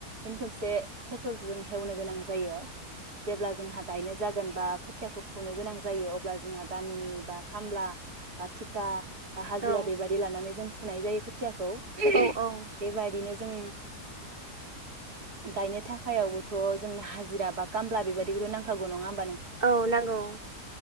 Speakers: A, on the right (about 75°); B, on the right (about 25°).
A: फिन खोनसे ट्रेक्टरजों हेवनो गोनां जायो। जेब्ला जोंहा गायनो जागो जेनबा खोथियाखौ फुनो गोनां जायो अब्ला जोंहा गामिनि बा खामला बा थिका बा हाजिरा
B: औ
A: बेबायदि लानानै जों फुनाय जायो खोथियाखौ। <unintelligible>
B: औ औ
A: बेबायदिनो जों गायनो थाखायावबोथ' जों हाजिरा बा खामला बेबायदिखौथ' नांखागौ नङा हो
B: औ नांगौ।